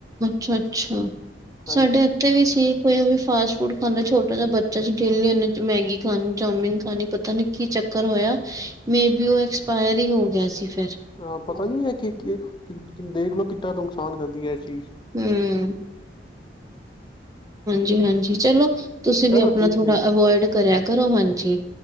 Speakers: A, on the right; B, on the left.
A: ਅੱਛਾ ਅੱਛਾ
B: ਹਾਂਜੀ
A: ਸਾਡੇ ਇੱਥੇ ਵੀ ਸੀ ਕੋਈ ਉਹ ਵੀ ਫਾਸਟ ਫੂਡ ਖਾਂਦਾ ਛੋਟਾ ਜਿਹਾ ਬੱਚਾ ਜਿੱਥੇ ਚ ਮੈਗੀ ਖਾਣੀ ਚੋਮਿਨ ਖਾਣੀ ਪਤਾ ਨੀ ਕੀ ਚੱਕਰ ਹੋਇਆ ਮੇ ਬੀ ਓਹ ਐਕਸਪਾਇਰੀ ਇਹ ਵੀ ਹੋ ਸੀ ਫਿਰ
B: ਹਾਂ ਪਤਾ ਨੀ ਹੈ ਕਿ ਕੀ ਦੇਖਲੋ ਕਿੱਡਾ ਦੂਖ ਖਾਨ ਕਰਦੀ ਹੈ ਇਹ ਚੀਜ਼
A: ਹੂੰ। ਜਿਵੇਂ ਹਾਂਜੀ ਚਲੋ ਤੁਸੀਂ ਵੀ
B: ਚਲੋ
A: ਆਪਣਾ
B: ਠੀਕ
A: ਥੋੜਾ
B: ਹੈ ਜੀ
A: ਅਵੋਇਡ ਕਰਿਆ ਕਰੋ ਹਾਂਜੀ